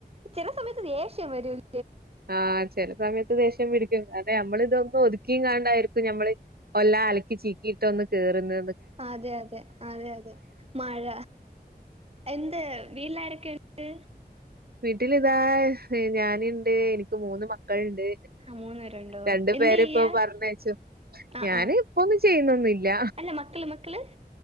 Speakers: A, on the right; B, on the right.
A: ചില സമയത്ത് ദേഷ്യം വരൂല്ല
B: ആന്ന് ചെല സമയത്ത് ദേഷ്യം പിടിക്കും അതെ നമ്മള ഇതൊന്നും ഒതുക്കിയും കാണ്ടായിരിക്കും ഞമ്മള് ഒല്ല അലക്കി ചീക്കിയിട്ടൊന്ന് കേയറുന്ന
A: അതെ അതെ അതെ അതെ മഴ എന്ത് പിള്ളാരക്ക ന്ത്
B: വീട്ടിൽ ഇതാ ഞാനിണ്ട് എനി മൂന്ന് മക്കളുണ്ട്
A: ആഹ് മൂന്ന് പേരുണ്ടോ
B: രണ്ടു
A: എന്ത്
B: പേരപ്പൊ
A: ചെയ്യാ
B: പറഞ്ഞച്ചോ
A: ആഹ്
B: ഞാന
A: ആഹ്
B: ഇപ്പ ചെയ്യുന്നന്നില്ല
A: അല്ല മക്കള് മക്കള്